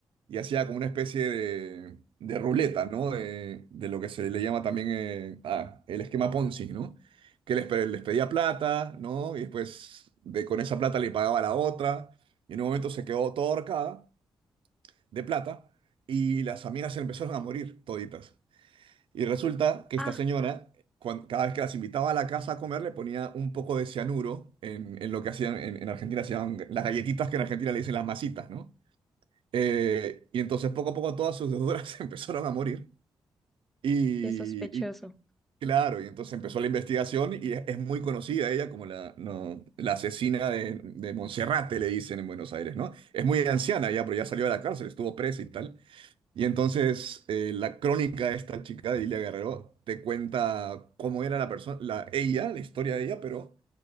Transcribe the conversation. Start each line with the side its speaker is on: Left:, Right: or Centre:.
Right: y hacía como una especie de, de ruleta, ¿no? De, de lo que se le llama también eh, ah, el esquema Ponzi, ¿no? Que les, pe- les pedía plata, ¿no? Y después de, con esa plata le pagaba a la otra. Y en un momento se quedó toda ahorcada de plata y las amigas se empezaron a morir toditas. Y resulta que
Centre: Ah,
Right: esta señora, cuan- cada vez que las invitaba a la casa a comer, le ponía un poco de cianuro en, en lo que hacían en, en Argentina, se llaman las galletitas que en Argentina le dicen las masitas, ¿no? Eh, y entonces poco a poco todas sus deudoras <laughs> empezaron a morir. Y,
Centre: qué sospechoso.
Right: y claro, y entonces empezó la investigación y es, es muy conocida ella como la, no, la asesina de, de Monserrate, le dicen en Buenos Aires, ¿no? Es muy anciana ya, pero ya salió de la cárcel, estuvo presa y tal. Y entonces eh, la crónica de esta chica de Ilia Guerrero te cuenta cómo era la persona, la, ella, la historia de ella, pero